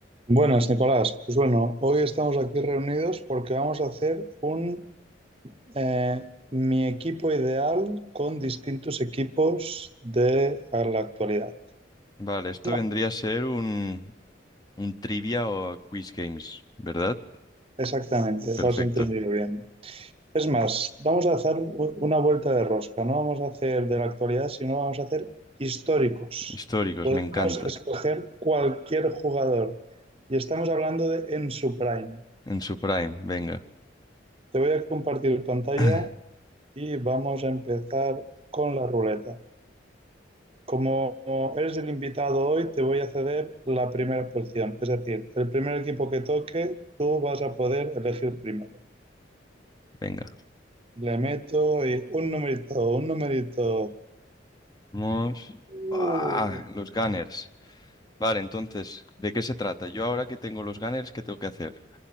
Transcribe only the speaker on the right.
Buenas, Nicolás. Pues bueno, hoy estamos aquí reunidos porque vamos a hacer un eh, mi equipo ideal con distintos equipos de a la actualidad.
No,
exactamente,
lo has entendido bien. Es más, vamos a hacer u- una vuelta de rosca. No vamos a hacer de la actualidad, sino vamos a hacer históricos.
Podemos
escoger cualquier jugador y estamos hablando de en su prime.
Te voy a compartir pantalla
y vamos a empezar con la ruleta. Como eres el invitado hoy, te voy a ceder la primera posición. Es decir, el primer equipo que toque, tú vas a poder elegir primero.
Le meto y un numerito, un numerito.
Uh,